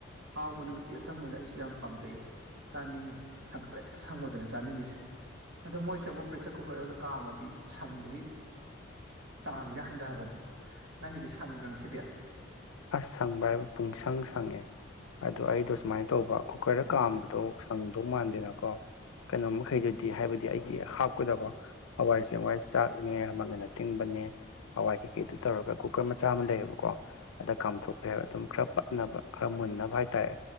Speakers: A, on the right; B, on the left.
A: ꯍꯥꯎꯕꯅꯤ ꯎꯇꯤ ꯑꯁꯪꯕꯗ ꯑꯩꯁꯨ ꯌꯥꯝ ꯄꯥꯝꯖꯩꯌꯦ ꯆꯥꯅꯤꯡꯉꯤ ꯁꯪꯇ꯭ꯔꯤꯛ ꯁꯪꯕꯗꯨꯅꯦ ꯆꯥꯅꯤꯡꯉꯤꯁꯦ ꯑꯥꯗꯣ ꯃꯣꯏꯁꯦ ꯑꯃꯨꯛ ꯄ꯭ꯔꯦꯁꯔ ꯀꯨꯀꯔꯗꯒ ꯀꯥꯝꯃꯗꯤ ꯁꯪꯕꯒꯤ ꯆꯥꯡꯖꯦ ꯍꯟꯗꯕꯅꯦ ꯅꯪꯒꯤꯗꯤ ꯁꯪꯕ꯭ꯔꯥ ꯉꯁꯤꯗꯤ
B: ꯑꯁ ꯁꯪꯕ ꯍꯥꯏꯕ ꯄꯨꯡꯁꯪ ꯁꯪꯉꯦ ꯑꯗꯣ ꯑꯩꯗꯣ ꯁꯨꯃꯥꯏꯅ ꯇꯧꯕ ꯀꯨꯀꯔꯗ ꯀꯥꯝꯕꯗꯣ ꯁꯪꯗꯧ ꯃꯥꯟꯗꯦꯅꯀꯣ ꯀꯩꯅꯣ ꯃꯈꯩꯗꯨꯗꯤ ꯍꯥꯏꯕꯗꯤ ꯑꯩꯒꯤ ꯍꯥꯞꯀꯗꯕ ꯍꯋꯥꯏ ꯆꯦꯡꯋꯥꯏ ꯆꯥꯛꯅꯦ ꯃꯪꯒꯟ ꯑꯇꯤꯡꯕ ꯅꯦ ꯍꯋꯥꯏ ꯀꯩꯀꯩꯗꯨ ꯇꯧꯔꯒ ꯀꯨꯀꯔ ꯃꯆꯥ ꯑꯃ ꯂꯩꯌꯦꯕꯀꯣ ꯑꯗ ꯀꯥꯝꯊꯣꯛꯈ꯭ꯔꯦꯕ ꯑꯗꯨꯝ ꯈꯔ ꯄꯠꯅꯕ ꯈꯔ ꯃꯨꯟꯅꯕ ꯍꯥꯏꯇꯥꯔꯦ